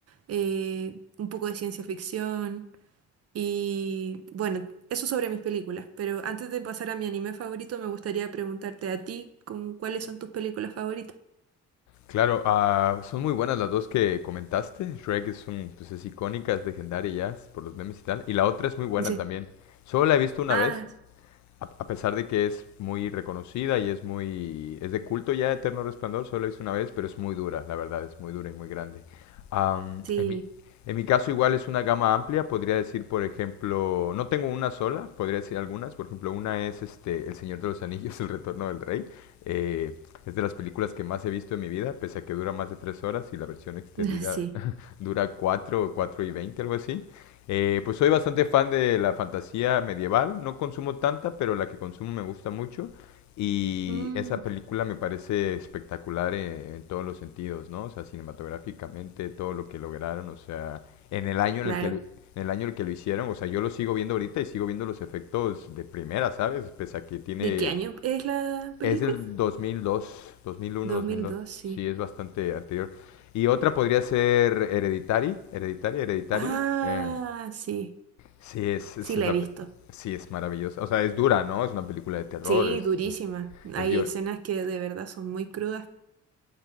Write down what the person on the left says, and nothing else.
Claro, ah, son muy buenas las dos que comentaste. Shrek es un, pues es icónica, es legendaria ya, por los memes y tal. Y la otra es muy buena
también. Solo la he visto una
vez a, a pesar de que es muy reconocida y es muy, es de culto ya Eterno Resplandor, solo la he visto una vez, pero es muy dura, la verdad, es muy dura y muy grande. Am,
en mi, en mi caso igual es una gama amplia, podría decir, por ejemplo, no tengo una sola, podría decir algunas, por ejemplo, una es este El Señor de los Anillos, <laughs> El Retorno del Rey, eh, es de las películas que más he visto en mi vida, pese a que dura más de tres horas y la versión extendida
<laughs> dura cuatro o cuatro y veinte, algo así. Eh, pues soy bastante fan de la fantasía medieval, no consumo tanta, pero la que consumo me gusta mucho y
esa película me parece espectacular en, en todos los sentidos, ¿no? O sea, cinematográficamente, todo lo que lograron, o sea, en el año
en el que lo, en el año en el que lo hicieron, o sea, yo lo sigo viendo ahorita y sigo viendo los efectos de primera, ¿sabes? Pese a que tiene
es del 2002, 2001,
2002.
Sí, es bastante anterior. Y otra podría ser Hereditary, Hereditary, Hereditario.
eh,
Sí, es, es
esa
pe- sí, es maravillosa. O sea, es dura, ¿no? Es una película de terror,
es,
es, viol-